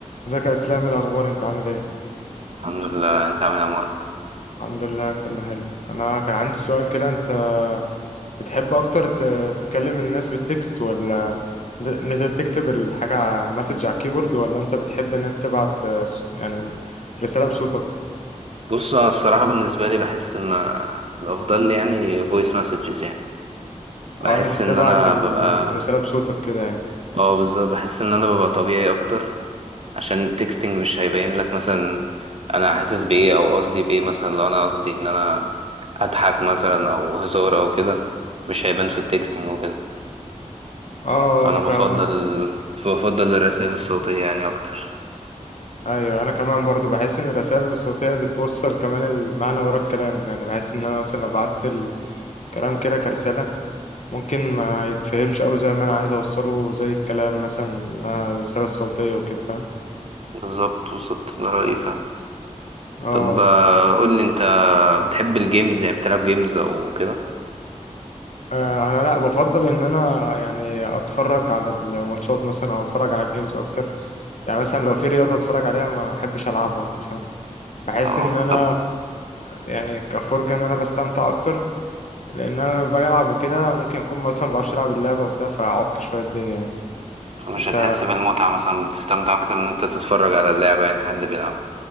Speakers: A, on the left; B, on the right.
A: ازيك يا اسلام إيه الاخبار انت عامل ايه
B: الحمد لله انت عامل ايه يا مارك
A: الحمد لله كله حلو انا كان عندي سؤال كده انت بتحب اكتر ت- تكلم الناس بالتكست ولا د- ان انت تكتب الحاجه على- مسج على الكيبورد ولا انت بتحب ان انت تبعت آه، س- يعني رساله بصوتك
B: بص انا الصراحه بالنسبه لي بحس ان الافضل لي يعني فويس مسجز يعني بحس
A: اه ان انت تبعت
B: ان انا
A: الرساله
B: ببقى
A: بصوتك كده يعني
B: اه بالظبط بحس ان انا ببقى طبيعي اكتر عشان التكستنج مش هيبين لك مثلا انا حاسس بايه او قصدي بايه مثلا لو انا قصدي ان انا اضحك مثلا او هزار او كده مش هيبان في التكستنج وكده
A: اه
B: فانا
A: انا فاهم
B: بفضل
A: قصدك
B: بفضل الرسائل الصوتيه يعني اكتر
A: ايوه انا كمان برضه بحس ان الرسائل الصوتيه بتوصل كمان المعنى ورا الكلام يعني بحس ان انا مثلا لو بعت الكلام كده كرساله ممكن ما يتفهمش أوي زي ما أنا عايز أوصله زي الكلام مثلا إنها الرسالة الصوتية وكده فاهم
B: بالظبط بالظبط ده رايي فعلا
A: آه
B: طب آه، قول لي انت بتحب الجيمز يعني بتلعب جيمز او كده
A: آه، أنا لأ بفضل إن أنا يعني أتفرج على الماتشات مثلا أو أتفرج على الجيمز أكتر يعني مثلا لو في رياضة أتفرج عليها ما أحبش ألعبها أنت فاهم بحس
B: اه
A: إن أنا
B: طب
A: يعني كفرجة إن أنا بستمتع أكتر لأن أنا لما باجي ألعب وكده ممكن أكون مثلا مبعرفش ألعب اللعبة وبتاع فأعك شوية الدنيا يعني
B: مش
A: أنت
B: هتحس بالمتعة مثلا بتستمتع اكتر ان انت تتفرج على اللعبة يعني حد بيلعب